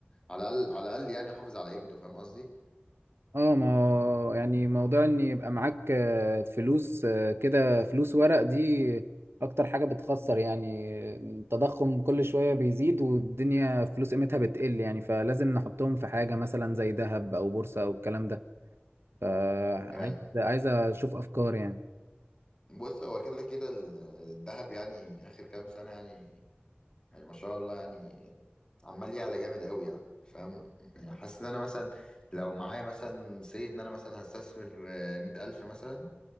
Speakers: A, on the left (about 20°); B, on the right (about 85°).
A: على الاقل على الاقل يعني احافظ على قيمته فاهم قصدي
B: اه ما هو يعني موضوع ان يبقى معاك آه، فلوس آه، كده فلوس ورق دي اكتر حاجة بتخسر يعني التضخم كل شوية بيزيد والدنيا فلوس قيمتها بتقل يعني فلازم نحطهم في حاجة مثلا زي ذهب او بورصة او الكلام ده فعايز
A: يعني
B: عايز اشوف افكار يعني
A: بص هو كده كده ال- الذهب يعني اخر كام سنه يعني يعني ما شاء الله يعني عمال يعلى جامد قوي يعني فاهم يعني حاسس ان انا مثلا لو معايا مثلا سي ان انا مثلا هستثمر آه، مية ألف مثلا